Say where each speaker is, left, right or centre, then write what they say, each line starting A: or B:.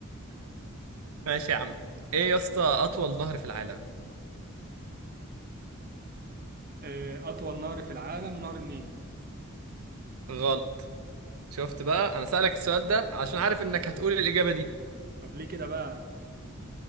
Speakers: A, on the right; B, on the right.
A: ماشي يا عم ايه يا اسطى اطول نهر في العالم
B: آه، اطول نهر في العالم نهر النيل
A: غلط شفت بقى انا سألك السؤال ده عشان عارف انك هتقول الاجابه دي
B: طب ليه كده بقى